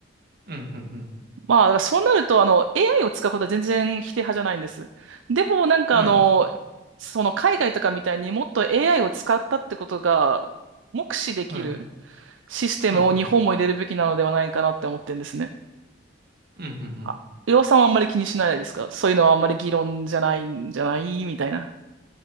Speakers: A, on the right (about 55°); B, on the right (about 80°).
A: うん、うん、うん、
B: まあ、だからそうなると、あの、AI を使うことは全然否定派じゃないんです。でも、なんかあの、
A: うんはい、
B: その海外とかみたいにもっと AI を使ったってことが目視できる
A: はい、
B: システムを日本も入れるべきなのではないかなって思ってるんですね。
A: はい、はい、うん、うん、うん。
B: あ、りょうさんはあんまり気にしないですかそういうのはあんまり議論じゃないんじゃないみたいな。